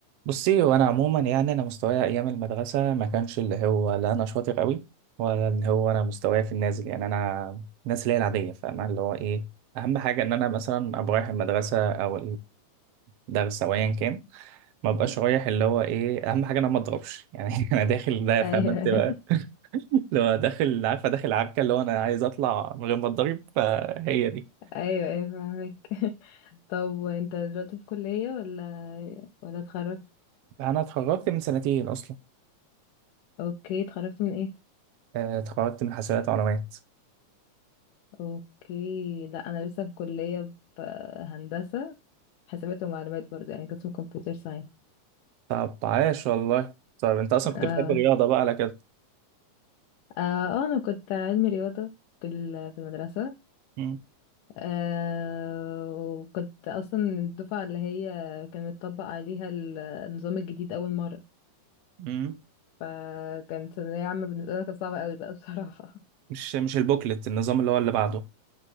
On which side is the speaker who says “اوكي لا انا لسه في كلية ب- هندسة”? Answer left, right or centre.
Left